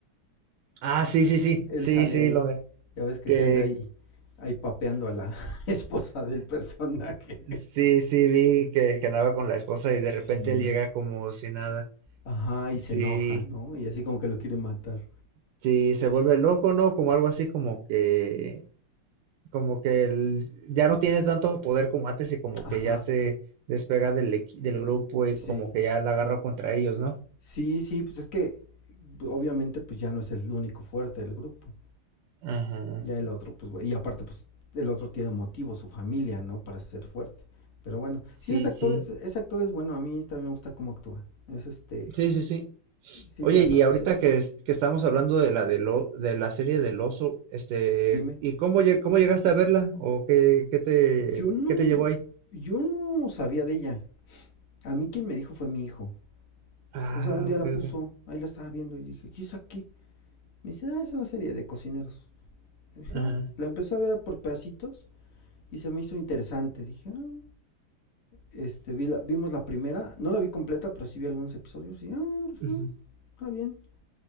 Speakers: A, on the right; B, on the left.
A: Ah, sí, sí, sí,
B: Él
A: sí,
B: sale
A: sí,
B: ahí.
A: lo ve-
B: Ya ves que
A: que
B: se anda ahí. Ahí papeando a la <laughs> esposa del personaje.
A: sí, sí, vi que, que andaba con la esposa y de repente
B: Sí.
A: él llega como si nada.
B: Ajá, y
A: Sí,
B: se enoja, ¿no? Y así como que lo quiere matar.
A: sí, se vuelve
B: Sí.
A: loco, ¿no? Como algo así como que como que el- ya no tiene tanto poder como antes y como
B: Ajá.
A: que ya se despega del, equi- del grupo y como
B: Sí.
A: que ya la agarra contra ellos, ¿no?
B: Sí, sí, pues es que obviamente pues ya no es el único fuerte del grupo.
A: Ajá.
B: Ya el otro, pues, y aparte, pues el otro tiene un motivo, su familia, ¿no? Para ser fuerte. Pero bueno,
A: Sí,
B: sí, ese
A: sí.
B: actor es, ese actor es bueno, a mí también me gusta cómo actúa. Es este,
A: Sí, sí, sí.
B: sí
A: Oye,
B: la sabe
A: y ahorita
B: hacer.
A: que, es- que estábamos hablando de la de, lo, de la serie del oso, este,
B: Dime.
A: ¿y cómo, lle- cómo llegaste a verla? ¿O qué, qué te,
B: Yo no,
A: qué te llevó ahí?
B: yo no sabía de ella. A mí quien me dijo fue mi hijo.
A: Ah,
B: O sea, un día
A: ok,
B: la puso,
A: ok.
B: ahí la estaba viendo y dije, ¿qué es aquí? Me dice, ah, es una serie de cocineros. Y dije,
A: Ajá.
B: "Ah". La empecé a ver por pedacitos Y se me hizo interesante. Dije, ah, este, vi la- vimos la primera. No la vi completa, pero sí vi algunos episodios. Y, ah, pues,
A: ujú.
B: ah, está bien.